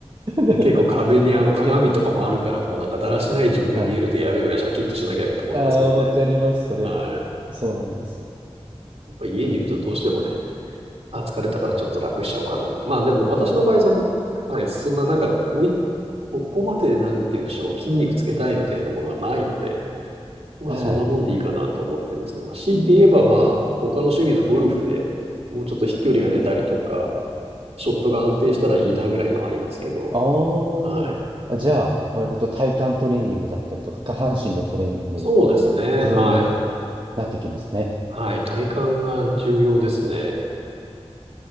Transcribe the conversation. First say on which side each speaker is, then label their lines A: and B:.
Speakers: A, on the right (about 45°); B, on the right (about 70°).
A: <laughs>
B: う。で、結構壁にあの鏡とかもあるから、
A: 逆に。
B: もうなんかだらしない自分が見えるとやべやべシャキッとしなきゃと思いますもんね。
A: はい。ああ、わかります、それ。
B: はい。
A: そうなんです。
B: やっぱ家にいるとどうしてもね、あ、疲れたからちょっと楽しちゃおうかな。
A: はい。
B: みたいなまあでも私の場合、その、はい、そんななんか、おい、ここまでなんて言うんでしょう、筋肉つけたいみたいなものがないので、まあそんなもんでいいかなと思ってるんですね。
A: はい。
B: まあ、強いて言えばまあ他の趣味のゴルフでもうちょっと飛距離が出たりとか、
A: うん。
B: ショットが安定したらいいなぐらいのありますけど。
A: ああ、
B: はい。
A: じゃあ、割と体幹トレーニングだったりとか、下半身のトレーニング、
B: そうですね。
A: 重要に
B: はい。
A: なってきますね。
B: はい。体幹が重要ですね。